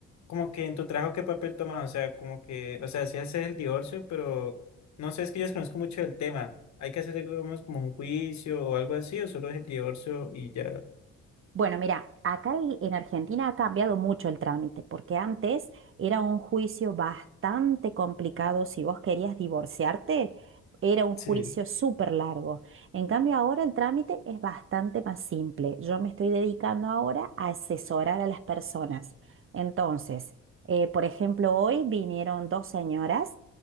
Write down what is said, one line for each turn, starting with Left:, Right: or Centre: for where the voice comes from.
Left: como que en tu trabajo, ¿qué papel tomas? O sea, como que, o sea, sí haces el divorcio, pero no sé, es que yo desconozco mucho del tema. ¿Hay que hacer, digamos, como un juicio o algo así, o solo es el divorcio y ya?
Right: Bueno, mira, acá el- en Argentina ha cambiado mucho el trámite, porque antes era un juicio bastante complicado. Si vos querías divorciarte, era un
Left: Sí,
Right: juicio súper largo. En cambio, ahora el trámite es bastante más simple. Yo me estoy dedicando ahora a asesorar a las personas. Entonces, eh, por ejemplo, hoy vinieron dos señoras.